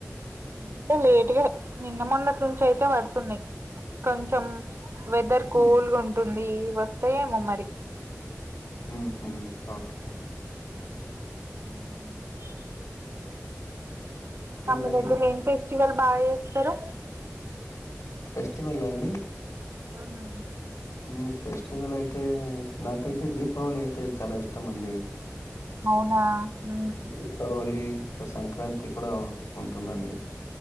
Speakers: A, on the right; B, on the left.
A: అంటే లేటుగా నిన్న మొన్నటి నుంచి అయితే పడుతున్నాయి కొంచెం వెదర్ కూల్
B: హ్మ్.
A: గా ఉంటుంది వస్తేయేమో మరి
B: హ్మ్ హు ఓకే
A: హ్మ్
B: ఇంకేంటండి
A: ఇంకా మన దగ్గర ఇంక ఏం ఫెస్టివల్ బాగా చేస్తారు
B: ఫెస్టివల్ అండి
A: హ్మ్ హు
B: హ్మ్ ఫెస్టివల్ అయితే నాకైతే దీపావళి అయితే చాలా ఇష్టం అండి
A: అవునా హూ
B: దీపావళి ఇంకా సంక్రాంతి కూడా ఉంటుందండి